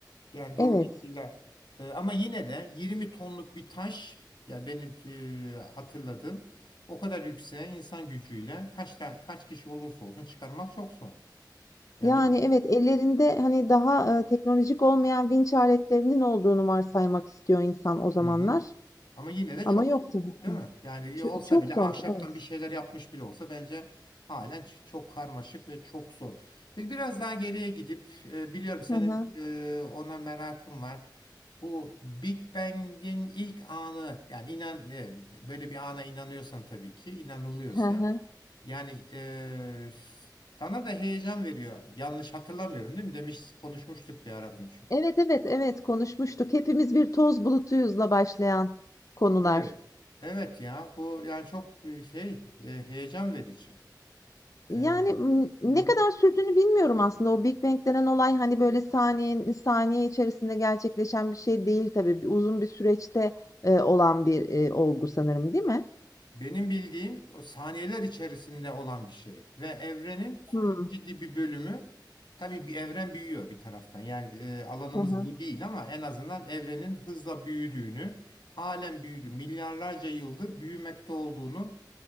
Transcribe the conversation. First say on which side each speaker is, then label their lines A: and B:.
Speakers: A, on the left (about 90°); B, on the left (about 45°).
A: Yani dolayısıyla
B: Evet.
A: e, ama yine de 20 tonluk bir taş ya benim e, hatırladığım o kadar yükseğe insan gücüyle kaç ta- kaç kişi olursa olsun çıkarmak çok zor. Yani
B: Yani,
A: bir
B: evet, ellerinde, hani, daha, eee, teknolojik olmayan vinç aletlerinin olduğunu varsaymak istiyor insan o zamanlar
A: Hı hı. Ama yine de
B: ama
A: çok
B: yok
A: soğuk,
B: tabii
A: değil
B: ki.
A: mi? Yani iyi
B: Ço
A: olsa
B: çok
A: bile ahşaptan
B: zor, evet.
A: bir şeyler yapmış bile olsa bence halen ç- çok karmaşık ve çok zor. Peki biraz daha geriye gidip e, biliyorum senin
B: Hı hı.
A: e, ona merakın var. Bu Big Bang'in ilk anı yani inan e, böyle bir ana inanıyorsan tabii ki inanılıyorsa
B: Hı hı.
A: yani e, sana da heyecan veriyor. Yanlış hatırlamıyorum değil mi? Demiş konuşmuştuk bir ara bunu çünkü.
B: Evet, evet, evet konuşmuştuk. Hepimiz bir toz bulutuyuzla başlayan konular.
A: Evet. Evet ya bu yani çok şey e, heyecan verici.
B: Yani
A: E,
B: m, ne
A: hı hı.
B: kadar sürdüğünü bilmiyorum aslında. O Big Bang denen olay hani böyle saniye saniye içerisinde gerçekleşen bir şey değil tabii. Bir- Uzun bir süreçte e, olan bir e, olgu sanırım, değil mi?
A: Benim bildiğim o saniyeler içerisinde olan bir şey ve evrenin
B: Hmm.
A: çok ciddi bir bölümü tabii bir evren büyüyor bir taraftan. Yani e, alanımız
B: Hı hı.
A: bu değil ama en azından evrenin hızla büyüdüğünü, halen büyüdü, milyarlarca yıldır büyümekte olduğunu